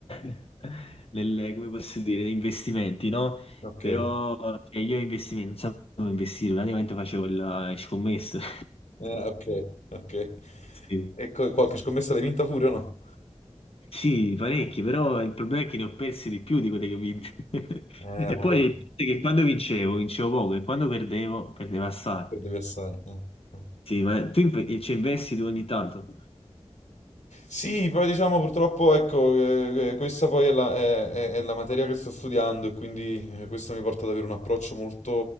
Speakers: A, on the left (about 55°); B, on the left (about 85°).
A: <laughs> nel- come posso dire, negli investimenti, no?
B: Ok,
A: Però,
B: eh,
A: cioè, io investimenti, non sapevo dove investire, praticamente facevo il, le scommesse. <laughs>
B: ok, ok.
A: Sì.
B: E co- qualche scommessa l'hai vinta pure o no?
A: Sì, parecchi, però il problema è che ne ho persi di più di quelle che ho vinto. <laughs>
B: Eh,
A: E
B: ma
A: poi
B: guarda,
A: il fatto è che quando vincevo, vincevo poco, e quando perdevo, perdevo assai.
B: perdevi assai. eh, eh.
A: Sì, ma tu inve- ci investi tu ogni tanto?
B: Sì, poi diciamo purtroppo, ecco, eh, eh, questa poi è la, è- è- è la materia che sto studiando e quindi eh, questo mi porta ad avere un approccio molto,